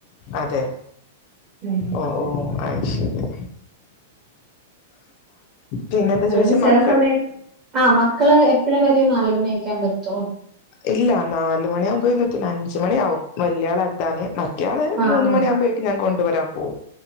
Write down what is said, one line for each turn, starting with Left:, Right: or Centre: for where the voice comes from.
Left: അതെയോ
Right: ഉം.
Left: ഓഹ് ഓഹ് അത് ശരി പിന്നെന്താ
Right: അതുകൊണ്ട്
Left: ചോദിച്ചെ
Right: ചെല
Left: മക്കൾ
Right: സമയ ആഹ് മക്കള് എപ്പഴാ വര്യാ നാല് മണി ക്കാൻ പറ്റോ
Left: ഇല്ല നാല് മണിയാമ്പോഴൊന്നും എത്തൂല്ല അഞ്ച് മണിയാവും വല്ല്യാളെ താനെ മറ്റെയാൾ
Right: ആ
Left: മൂന്ന്
Right: ആ
Left: മണിയാഴ്മ്പെഴെക്കും ഞാൻ കൊണ്ട് വെരാം പോവും